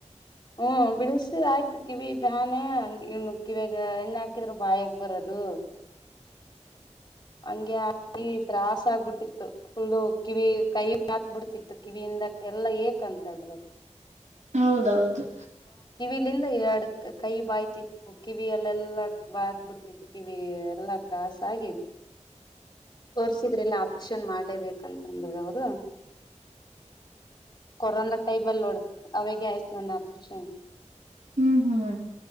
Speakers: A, on the left; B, on the right.
A: ಹ್ಮ ಬಿಳಿಸಿ ಆಯ್ತು ಕಿವಿ ಬಾನೆ ಇನ್ನು ಕಿವಾಗ ಎಣ್ಣೆ ಹಾಕಿದ್ರರು ಬಾಯಾಗ ಬರದು ಹಂಗೆ ತ್ರಾಸ ಆಗ್ಬಿಟ್ಟಿತ್ತು ಫುಲ್ಲು ಕಿವಿ ಕೈ ಹತ್ ಬಿಿಡ್ತಿತ್ತು ಕಿವಿಯಿಂದ ಎಲ್ಲಾ ಏಕ್ಂತ ಹೇಳರದು
B: ಹೌದೌದು
A: ಇಲ್ಲಿಂದ ಎರಡು ಕೈ ಬಾಯ್ತಿತ್ತು ಕಿವಿಯಲ್ಲೆಲ್ಲಾ ಬಾತ್ ಬಿಡ್ತಿತ್ತು ಕಿವಿ ಎಲ್ಲಾ ತ್ರಾಸ ಆಗಿ ತೋರ್ಸಿದ್ರಲ್ಲ ಆಪರೇಷನ್ ಮಾಡ್ಲೇಬೇಕಂತಂದ್ರದ ಅವರು ಕೊರೋನಾ ಟೈಮ್ ಅಲ್ಲಿ ನೋಡ ಅವಾಗ ಆಯ್ತು ನನ್ನ ಆಪ್ರೇಷನ್
B: ಹ್ಮ್ ಹ್ಮ್